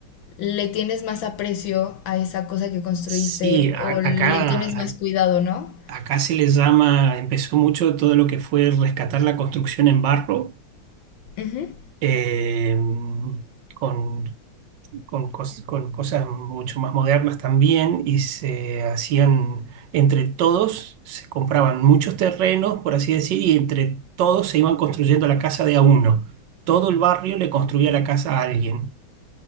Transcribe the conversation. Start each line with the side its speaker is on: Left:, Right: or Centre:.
Left: le tienes más aprecio a esa cosa que construiste
Right: Sí, a-
Left: o le
Right: acá,
Left: tienes más cuidado, ¿no?
Right: Acá se le llama, empezó mucho todo lo que fue rescatar la construcción en barro,
Left: Ujú,
Right: eh, con, con cos- con cosas mucho más modernas también, y se hacían entre todos, se compraban muchos terrenos, por así decir, y entre todos se iban construyendo la casa de a uno. Todo el barrio le construía la casa a alguien.